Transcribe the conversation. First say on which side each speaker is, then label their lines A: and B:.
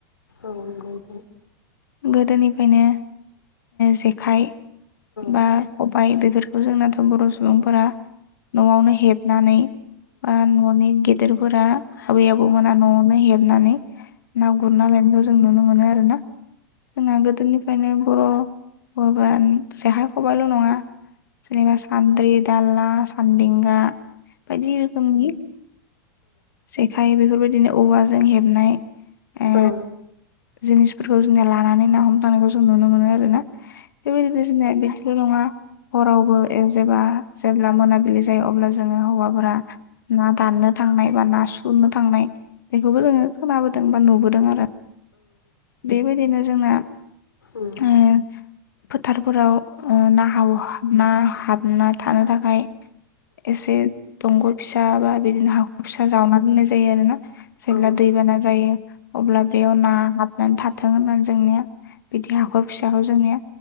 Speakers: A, on the left (about 85°); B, on the left (about 70°).
A: औ नंगौ
B: गोदोनिफ्रायनो जेखाइ बा
A: औ
B: खबायाइ बेफोरखौ बेखौ जोंनाथ' बर' सुबुंफोरा न'आवनो हेबनानै बा न'नि गेदेरफोरा आबै आबौ मोना न'आवनो हेबनानै ना गुरना लायनायखौ जों नुनो मोनो आरो ना। जोंहा गोदोनिफ्रायनो बर' हाबा जेखाइ खबायल' नङा जनिबा सान्द्रि दाला सान्देेंगा बायदि रोखोमनि जेखाइ बेफोरबायदिनो औवाजों हेबनाय ओ
A: औ
B: जिनिसफोरखौ जोंनिया लानानै ना हमदांखौ जों नुनो मोनो आरो ना बेबायदिनो जोंनि बिदिल नङा हरावबो जेबा जेब्ला मोनाबिलि जायो अब्ला जोङो हौवाफोरा ना दाननो थांनाय बा ना सुरनो थांनाय बेखौबो जोङो खोनाबोदों बा नुबोदों आरो। बेबायदिनो जोंना
A: औ
B: ओ फोथारफोराव ना ना हाबना थानो थाखाय एसे दंग फिसा बा बिदिनो हाखर फिसा जावना दोननाय जायो आरो ना। जेब्ला
A: औ
B: दैबाना जायो अब्ला बेयाव ना हाबनानै थाथों होननानै जोंनिया बिदि हाखर फिसाखौ जोंनिया